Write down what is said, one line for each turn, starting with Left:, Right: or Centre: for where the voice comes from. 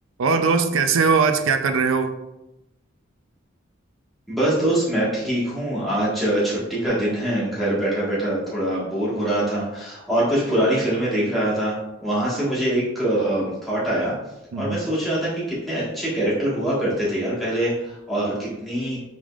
Right: और दोस्त कैसे हो आज क्या कर रहे हो
Centre: बस दोस्त मैं ठीक हूँ आज अ, छुट्टी का दिन है घर बैठा बैठा थोड़ा बोर हो रहा था और कुछ पुरानी फिल्में देख रहा था वहां से मुझे एक थॉट आया
Right: हम्म
Centre: और मैं सोच रहा था कि कितने अच्छे कैरेक्टर हुआ करते थे यार पहले और कितनी